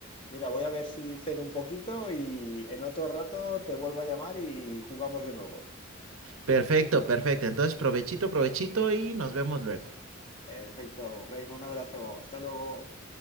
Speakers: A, on the left (about 25°); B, on the right (about 75°).
A: mira, voy a ver si ceno un poquito y en otro rato te vuelvo a llamar y jugamos de nuevo.
B: Perfecto, perfecto. Entonces, provechito, provechito y nos vemos luego.
A: Perfecto, venga, un abrazo, hasta luego.